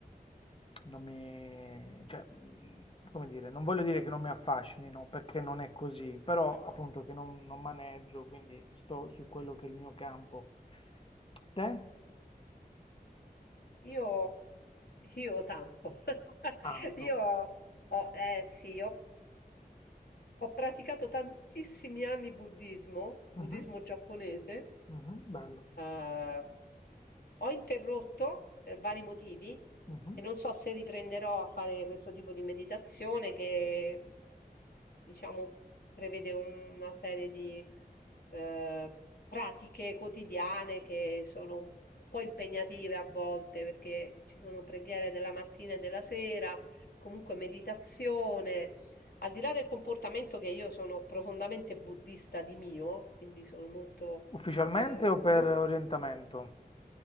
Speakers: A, on the left; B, on the left.
A: non mi, cioè, mh, come dire, non voglio dire che non mi affascinino, perché non è così, però
B: <laughs>
A: appunto che non, non maneggio, quindi sto su quello che è il mio campo. Te?
B: Io, io tanto. <laughs>
A: Canto.
B: Io, ho- eh sì, ho, ho praticato tantissimi anni buddismo, buddismo
A: Mhm,
B: giapponese.
A: mhm, bello.
B: Eh, ho interrotto per vari motivi
A: Mhm.
B: e non so se riprenderò a fare questo tipo di meditazione che, diciamo, prevede un- una serie di eh, pratiche quotidiane che sono un po' impegnative a volte perché ci sono preghiere della mattina e della sera, comunque meditazione. Al di là del comportamento che io sono profondamente buddista di mio, quindi sono molto,
A: Ufficialmente
B: eh, mol-
A: o per orientamento?